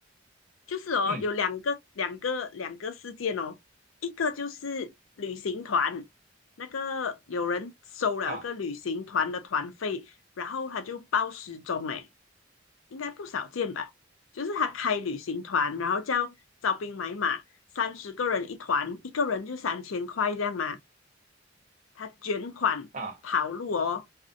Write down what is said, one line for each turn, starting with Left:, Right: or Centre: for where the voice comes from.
Left: 就是哦，
Right: 嗯
Left: 有两个两个两个事件哦，一个就是旅行团，那个有人收了一个旅行团的团费，
Right: 啊。
Left: 然后他就报失踪，哎，应该不少见吧？就是他开旅行团，然后叫招兵买马，三十个人一团，一个人就三千块这样嘛，他卷款跑路哦，
Right: 啊